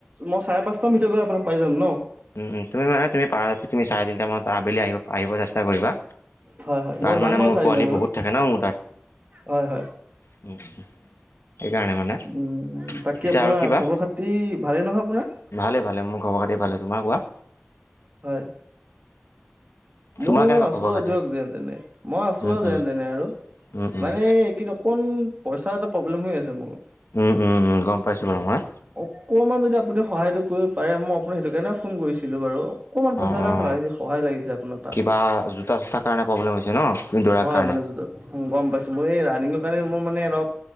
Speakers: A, on the right (about 35°); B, on the left (about 70°).
A: মই চাৰে পাঁচটা ভিতৰত গৈ আপোনাক পাই যাম ন?
B: উম উম, তুমি মানে তুমি পাৰা যদি তুমি চাৰে তিনিটামানত আবেলি আহিব - আহিব চেষ্টা কৰিবা।
A: হয় হয় মই
B: তাৰ
A: যাম
B: মানে
A: বাৰু
B: মোৰ
A: চাৰে
B: পোৱালি
A: তিনিটা মানত
B: বহুত থাকে ন মোৰ তাত।
A: হয় হয়
B: <unintelligible> মানে
A: উম, বাকী
B: পিছে
A: আপোনাৰ
B: আৰু কিবা
A: খবৰ খাতি ভালেই নহয় আপোনাৰ?
B: ভালে ভালে মোৰ খবৰ খাতি ভালে। তোমাৰ কোৱা?
A: হয়। মোৰ
B: তোমাৰ কেনেকুৱা
A: আছো
B: খবৰ
A: আৰু
B: খাতি
A: দিয়ক যেন তেনে, মই আছো
B: উম
A: আৰু যেনেতেনে
B: উম
A: আৰু।
B: উম উম
A: মানে এইকেদিন অকন পইচা এটা প্ৰব্লেম হৈ আছে মোৰ,
B: উম উম উম গম পাইছোঁ বাৰু মই
A: অকমান যদি আপুনি সহায়টো কৰিব পাৰে মই আপোনাক সেইটো কাৰণে ফোন কৰিছিলোঁ বাৰু অকমান পইচা
B: অঁ
A: এটা
B: অঁ
A: লাগিছিল সহায় লাগিছিলে আপোনাৰ।
B: কিবা জোতা চোতাৰ কাৰণে প্ৰব্লেম হৈছে ন দৌৰাৰ
A: হয়
B: কাৰণে
A: মানে <unintelligible> গম পাইছো মই এই ৰানিংঙৰ কাৰণে এ মোৰ মানে অলপ